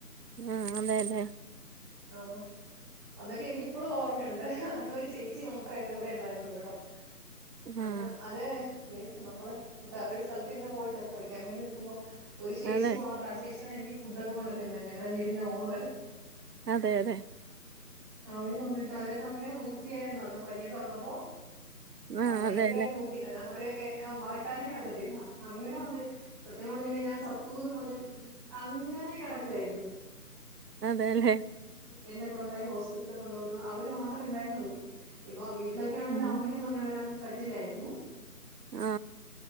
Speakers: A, on the right; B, on the right.
A: ആഹ് അതെല്ലേ
B: ആ ഓ. അന്നൊക്കെ എനിക്കിപ്പളും ഓറ മ്മയുണ്ട് അന്നൊരു ചേച്ചി മാത്രം എന്റെ കൂടെ ഇണ്ടായിരു ഇവ്ടം അങ്ങ്
A: ആഹ്
B: അതെ പി നമ്മൾ വെറെ ഒരു സ്ഥലത്ത് ഇങ്ങനെ പോയിട്ട് പഠിക്കാൻ വേണ്ടി നിക്കുമ്പോ ഒരു ചേച്ചി
A: അതെ
B: മാത്രം ആ ചേച്ചിയാണെങ്കി ഫുഡക്കെ കൊണ്ട്‌ തരുന്നേ ഞങ്ങടെ വീടിന്റെ ഓണറ്
A: അതെ അതെ
B: അവര് വന്നിട്ട് അവരെന്നെ അങ്ങനെ നോക്കിയായിരുന്നു അന്ന് പനിയൊക്കെ വന്നപ്പോ ഓ
A: ആഹ്
B: അന്ന് ഭയങ്കരായിട്ട്
A: അതെല്ലേ
B: നോക്കി ഇണ്ടായിരുന്ന അവര് ക്കെ. മറക്കാനേ പറ്റത്തില്ല അങ്ങനെ വന്ന് സത്യം പറഞ്ഞ്ണ്ടെങ്കി ഞാ ചത്ത് പോവും എന്ന് പറഞ്ഞ് അങ്ങനെ കെടക്കുവായിരുന്നു
A: അതെ ലെ
B: എന്നെ കൊണ്ടോയി ഹോസ്പിറ്റലിൽ കൊണ്ട് പോവുന്നു അവര് മാത്രേ ഇണ്ടായിരുന്നുള്ളു ഇപ്പം ട്ടിലൊക്കെ ആണെങ്കിൽ
A: ആഹ്
B: അമ്മക്കൊന്നും അങ്ങനെ വരാ പറ്റില്ലായിരുന്നു
A: ആ